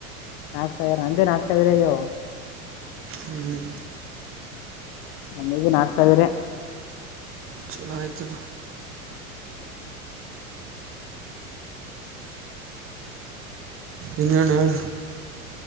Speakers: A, on the left (about 45°); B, on the right (about 30°).
A: ನಾಕ್ ಸಾವಿರ ಅಂದೆ ನಾಕ್ ಸಾವಿರಾಗ್ಯಾವ
B: ಹ್ಮ್ ಹ್ಮ್
A: ನಮ್ಮದು ನಾಲ್ಕು ಸಾವಿರೆ
B: ಚೊಲೋ ಆಯ್ತಲ್ಲ ಇನ್ನೇನ್ ಹೇಳ